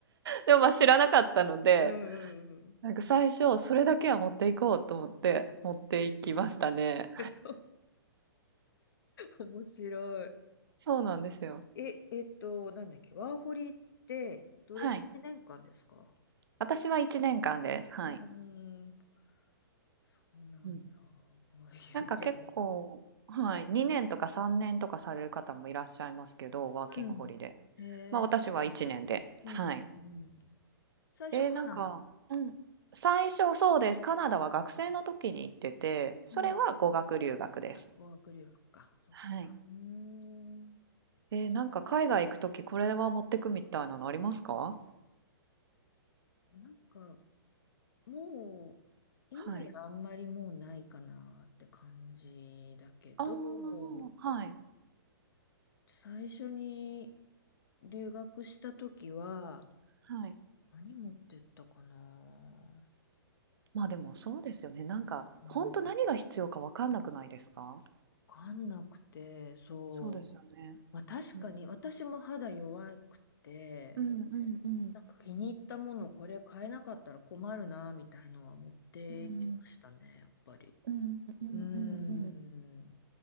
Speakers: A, on the right; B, on the left.
A: でもまあ知らなかったので、
B: うんうんうん。
A: なんか最初、それだけは持っていこうと思って持っていきましたね。
B: <laughs> そう、面白い。
A: そうなんですよ。
B: え、え、えっと、なんだっけ、ワーホリって、どれ、
A: はい。
B: 1年間ですか
A: 私は1年間です。はい。
B: うーん、そうなんだ。
A: うん。
B: ああいうゲーム。
A: なんか結構、はい、2年とか3年とかされる方もいらっしゃいますけど、ワーキングホリデー。
B: うん。へえ、
A: まあ私は1年で。
B: うん、
A: はい。
B: うん。最初カナダ。
A: えーなんか、うん。最初そうです。カナダは学生の時に行ってて、それは語学留学です。
B: うん。あ、語学留学か。そっか。
A: はい。
B: うーん。
A: えーなんか海外行く時これは持ってくみたいなのありますか
B: なんか、もう、今やあんまりもうないかなって感じだけど、
A: はい。ああ、はい。
B: 最初に、留学した時は、
A: はい。
B: 何持ってったかな
A: まあでもそうですよね。なんか、
B: うん、
A: 本当何が必要かわかんなくないですか
B: わかんなくて、そう。
A: そうですよね。
B: まあ確かに私も肌弱くて、
A: うんうんうんうん
B: なんか気に入ったものこれ買えなかったら困るな、みたいのは持っていきましたね、
A: うん
B: やっぱり。
A: うんうんうんうんうんうん
B: うーん。